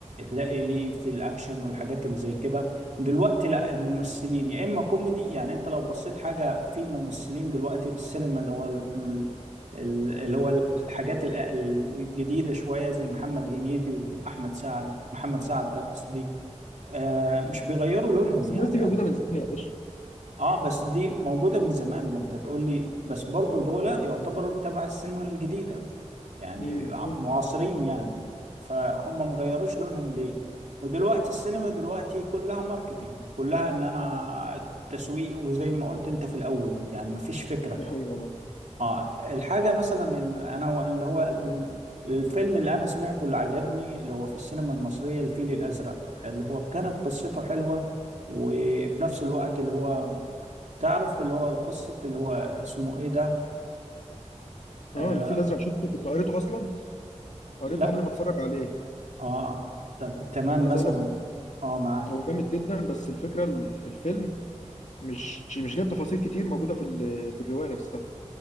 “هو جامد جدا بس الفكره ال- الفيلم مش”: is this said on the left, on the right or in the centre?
Left